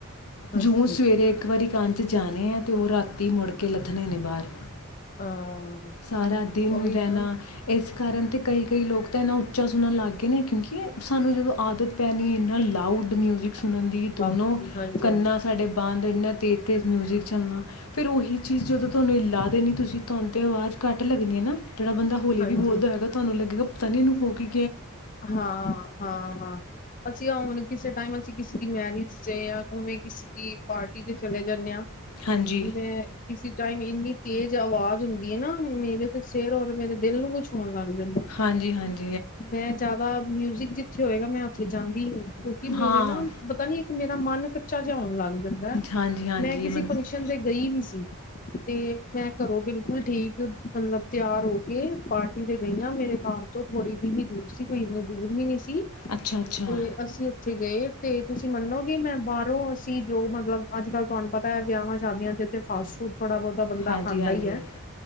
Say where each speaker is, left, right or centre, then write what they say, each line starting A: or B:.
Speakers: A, on the left; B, on the left.
A: ਹਾਂਜੀ
B: ਜੂ ਸਵੇਰੇ ਇੱਕ ਵਾਰੀ ਕੰਨ ਚ ਜਾਣੇ ਆ ਤੇ ਉਹ ਰਾਤੀ ਮੁੜ ਕੇ ਲੱਥਣੇ ਨੇ ਬਾਹਰ
A: ਹਾਂ,
B: ਸਾਰਾ ਦਿਨ
A: ਉਹੀ
B: ਰਹਿਣਾ
A: ਨਾ
B: ਇਸ ਕਾਰਨ ਤੇ, ਕਈ ਕਈ ਲੋਕ ਤਾਂ ਇੰਨਾ ਉੱਚਾ ਸੁਣਣਾ ਲੱਗ ਗਿਆ। ਕਿਉਂਕਿ ਸਾਨੂੰ ਜਦੋ ਆਦਤ ਪੈਣੀ ਐ, ਐਨਾ ਲਾਉਡ ਮਿਊਜਿਕ ਸੁਣਨ ਦੀ ਦੋਨੋ
A: ਲਾਊਡਲੀ ਹਾਂਜੀ
B: ਟੰਨਾ
A: ਹਾਂਜੀ
B: ਸਾਡੇ ਬੰਦ ਤੇਜ-ਤੇਜ ਮਿਊਜਿਕ, ਚੱਲਣਾ, ਫਿਰ ਉਹੀ ਚੀਜ਼ ਜਦੋਂ ਤੁਹਾਨੂੰ ਐ ਲਾ ਦੇਣੀ ਤੁਹਾਨੂੰ ਕੰਨ ਤੇ ਆਵਾਜ਼, ਘੱਟ ਲੱਗਦੀਆਂ ਨਾ, ਜਿਹੜਾ ਬੰਦਾ ਹੋਲੀ
A: ਹਾਂਜੀ
B: ਵੀ ਬੋਲਦਾ ਹੈਗਾ ਤੁਹਾਨੂੰ ਲਗੇਗਾ, ਪਤਾ ਨਹੀਂ ਇਹਨੂੰ ਹੋਗੀ।
A: ਹਾਂ-ਹਾਂ-ਹਾਂ ਅਸੀਂ ਹੁਣ, ਕਿਸੇ ਟਾਈਮ ਅਸੀਂ ਕਿਸੇ ਦੀ ਮੈਰਿਜ ਤੇ ਜਾਂਵੇਂ, ਕਿਸੇ ਦੀ ਪਾਰਟੀ ਦੇ ਚਲੇ ਜਾਂਨੇ ਹਾਂ
B: ਹਾਂਜੀ
A: ਮੈਂ ਕਿਸੀ ਟਾਈਮ, ਹਿੰ ਤੇਜ ਆਵਾਜ਼ ਹੁੰਦੀ ਹੈ, ਨਾ ਮੇਰੇ ਤੇ ਸਿਰ ਔਰ ਮੇਰੇ ਦਿਲ ਨੂੰ ਕੁਛ ਹੋਣ ਲੱਗ। ਜਾਂਦਾ
B: ਹਾਂਜੀ-ਹਾਂਜੀ,
A: ਮੈਂ ਜ਼ਿਆਦਾ ਮਿਊਜਿਕ ਦੀ ਉੱਥੇ ਹੋਏਗਾ, ਮੈਂ ਉੱਥੇ ਜਾਂਦੀ ਨੀ ਕਿਉਂਕਿ ਮੇਰੇ
B: ਹਾਂ
A: ਨਾ ਪਤਾ ਨੀ ਮੇਰਾ ਮਨ ਕੱਚਾ ਜਿਹਾ ਹੋਣ ਲੱਗ ਜਾਂਦਾ,
B: ਹਾਂਜੀ ਹਾਂਜੀ
A: ਮੈਂ ਕਿਸੇ
B: ਮਤਲਬ
A: ਫੰਕਸ਼ਨ ਤੇ ਗਈ ਵੀ ਸੀ। ਤੇ ਮੈਂ ਘਰੋ ਬਿਲਕੁਲ ਠੀਕ ਮਤਲਬ ਤਿਆਰ ਹੋ ਪਾ ਟੀ ਤੇ ਗਈ ਆਂ ਮੇਰੇ ਘਰ ਤੋਂ, ਥੋੜੀ ਜੀ ਕਿਨੀ ਦੂਰ ਸੀ ਕੋਈ ਏਨਾ ਦੂਰ ਵੀ ਨੀ ਸੀ।
B: ਅੱਛਾ-ਅੱਛਾ,
A: ਤੇ ਅਸੀਂ ਉੱਥੇ ਗਏ ਤੇ ਤੁਸੀਂ ਮੰਨੋਗੇ, ਮੈਂ ਬਾਹਰੋਂ ਅਸੀਂ ਜੋ ਮਤਲਬ ਅੱਜ ਕੱਲ ਤੁਹਾਨੂੰ ਪਤਾ ਹੈ ਵਿਆਹਾਂ ਸ਼ਾਦੀਆਂ ਦੇ ਤੇ ਫਾਸਟ ਫੂਡ ਥੋੜਾ ਬਹੁਤਾ ਬੰਦਾ
B: ਹਾਂਜੀ
A: ਖਾਂਦਾ
B: ਹਾਂਜੀ
A: ਹੀ ਹੈ,